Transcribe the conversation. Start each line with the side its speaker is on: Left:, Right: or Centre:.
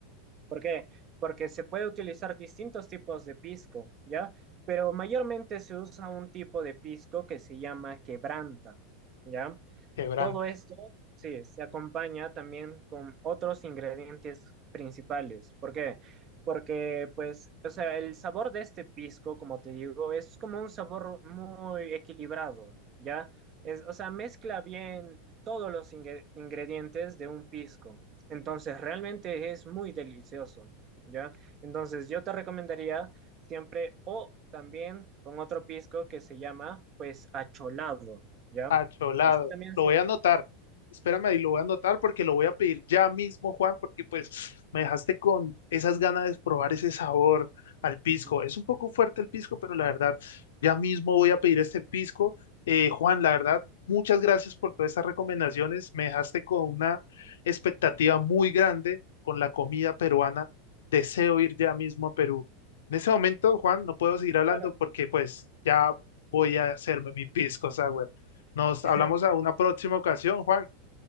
Right: ¿Por qué? Porque se puede utilizar distintos tipos de pisco, ¿ya? Pero mayormente se usa un tipo de pisco que se llama quebranta, ¿ya?
Left: Quebrante.
Right: Todo esto, sí, se acompaña también con otros ingredientes principales. ¿Por qué? Porque, pues, o sea, el sabor de este pisco, como te digo, es como un sabor muy equilibrado, ¿ya? Es, o sea, mezcla bien todos los ingre- ingredientes de un pisco. Entonces, realmente es muy delicioso, ¿ya? Entonces, yo te recomendaría siempre o también con otro pisco que se llama, pues, acholado, ¿ya?
Left: Acholado.
Right: Así también
Left: Lo
Right: se,
Left: voy a anotar. Espérame ahí, lo voy a anotar porque lo voy a pedir ya mismo, Juan, porque pues me dejaste con esas ganas de probar ese sabor al pisco.
Right: <laughs>
Left: Es un poco fuerte el pisco, pero la verdad, ya mismo voy a pedir este pisco. Eh, Juan, la verdad, muchas gracias por todas esas recomendaciones. Me dejaste con una expectativa muy grande con la comida peruana. Deseo ir ya mismo a Perú. En ese momento, Juan, no puedo seguir hablando
Right: Claro.
Left: porque pues ya voy a hacerme mi pisco sour. Nos
Right: <laughs>
Left: hablamos a una próxima ocasión, Juan.